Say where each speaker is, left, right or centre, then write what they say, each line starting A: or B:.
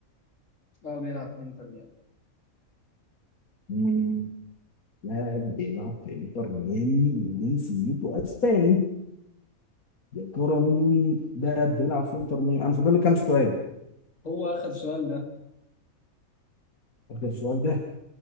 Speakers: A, on the left; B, on the left.
A: اه بيلعب في انتر ميامي
B: مم. لاعب بيلعب في انتر ميامي وجنسيته اسباني كرة مين ده قد يلعب سنتر مين انا فاضل لي كام سؤال
A: هو آخر سؤال ده
B: فاضل السؤال ده